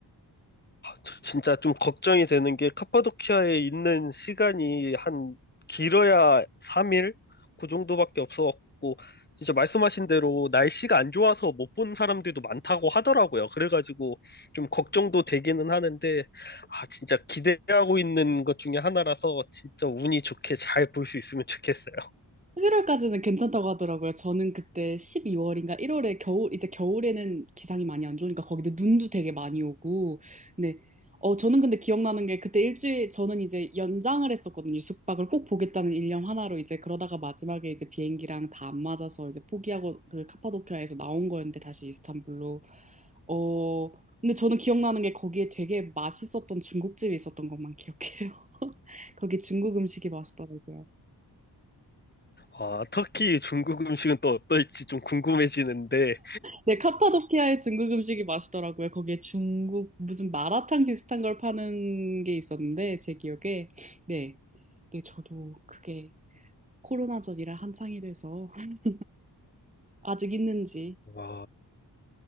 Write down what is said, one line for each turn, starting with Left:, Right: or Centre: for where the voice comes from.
Left: 저 진짜 좀 걱정이 되는 게 카파도키아에 있는 시간이 한 길어야 3일? 그 정도밖에 없어갖고 진짜 말씀하신 대로 날씨가 안 좋아서 못 본 사람들도 많다고 하더라고요. 그래가지고 좀 걱정도 되기는 하는데 아 진짜 기대하고 있는 것 중에 하나라서 진짜 운이 좋게 잘 볼 수 있으면 좋겠어요.
Right: 11월까지는 괜찮다고 하더라고요. 저는 그때 12월인가 1월에 겨울, 이제 겨울에는 기상이 많이 안 좋으니까 거기도 눈도 되게 많이 오고. 근데, 어, 저는 근데 기억나는 게 그때 일주일, 저는 이제 연장을 했었거든요. 숙박을 꼭 보겠다는 일념 하나로 이제 그러다가 마지막에 이제 비행기랑 다 안 맞아서 이제 포기하고 그 카파도키아에서 나온 거였는데 다시 이스탄불로. 어, 근데 저는 기억나는 게 거기에 되게 맛있었던 중국집이 있었던 것만 기억해요. <laughs> 거기 중국 음식이 맛있더라고요.
Left: 아 터키 중국 음식은 또 어떨지 좀 궁금해지는데
Right: 네, 카파도키아의 중국 음식이 맛있더라고요. 거기에 중국 무슨 마라탕 비슷한 걸 파는 게 있었는데 제 기억에 네, 네 저도 그게 코로나 전이라 한창이 돼서 <laughs> 아직 있는지
Left: 와